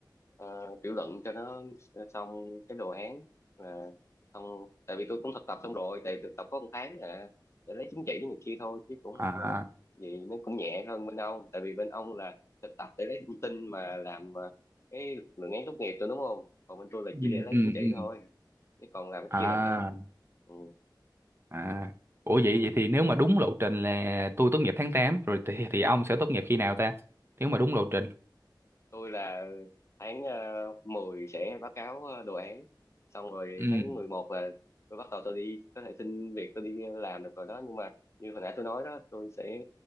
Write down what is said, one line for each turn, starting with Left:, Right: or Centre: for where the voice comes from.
Left: ờ, tiểu luận cho nó ờ, xong cái đồ án là xong tại vì tôi cũng thực tập xong rồi tại thực tập có một tháng à để lấy chứng chỉ này kia thôi chứ cũng không
Right: à
Left: có gì nó cũng nhẹ hơn bên ông tại vì bên ông là thực tập để lấy thông tin mà làm ờ, cái luận án tốt nghiệp rồi đúng không còn bên tôi là
Right: ừ
Left: chỉ để lấy
Right: ừ
Left: chứng chỉ
Right: ừ
Left: thôi chứ còn làm cái
Right: à
Left: kia là khác Ừ.
Right: à ủa vậy vậy thì nếu mà đúng lộ trình là tôi tốt nghiệp tháng 8 rồi thì thì ông sẽ tốt nghiệp khi nào ta nếu mà đúng lộ trình
Left: tôi là tháng ờ, 10 sẽ báo cáo ờ, đồ án xong rồi
Right: ừ
Left: tháng 11 là tôi bắt đầu tôi đi có thể xin việc tôi đi làm được rồi đó nhưng mà như hồi nãy tôi nói đó tôi sẽ